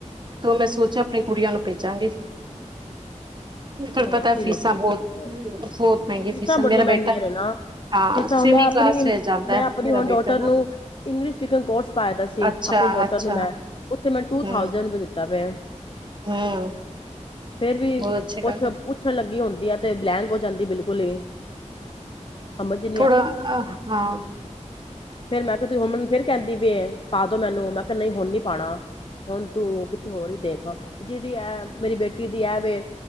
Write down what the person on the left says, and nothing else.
ਨਹੀਂ
ਅਸੀਂ
ਨਹੀਂ ਭੇਜ
ਸਕਦੇ ਹਮ,
ਬੜੀਆਂ
ਮਹਿੰਗੀਆਂ
ਨੇ ਨਾ
ਫੀਸਾਂ
ਮੈਂ ਆਪਣੀ
ਮੈਂ
ਆਪਣੀ
ਹੁਣ ਡੋਟਰ
ਨੂੰ
ਇੰਗਲਿਸ਼ ਸਪੀਕਿੰਗ ਕੋਰਸ ਪਾਏ ਦਾ ਸੀ
ਆਪਣੇ ਡੋਟਰ
ਨੂੰ ਮੈਂ ਫ ਮੈਂ ਟੂ
ਥਾਉਜੈਂਡ ਵੀ ਦਿੱਤਾ ਪਿਆ
ਫੇਰ ਵੀ
ਪੁੱਛ
ਪੁੱਛਣ ਲੱਗੀ ਹੁਣ ਯਾਂ ਤੇ ਬਲੈਂਕ ਹੋ ਜਾਂਦੀ ਬਿਲਕੁਲ ਹੀ ਸਮਝ
ਫੇਿਰ ਮੈਂ ਕਿਹਾ ਤ ਹੁਣ ਫਿਰ ਕਹਿੰਦੀ ਪਈ ਏ ਪਾ ਦੋ ਮੈਨੂੰ ਮੈਂ ਕਿਹਾ ਨਹੀਂ ਹੁਣ ਨੀ ਪਾਉਣਾ ਹੁਣ ਤੂੰ ਕਿੱਥੇ ਹੋਰ ਹੀ ਦੇਖ ਜਿਹਦੀ ਐ ਮੇਰੀ ਬੇਟੀ ਦੀ ਐ ਵੇ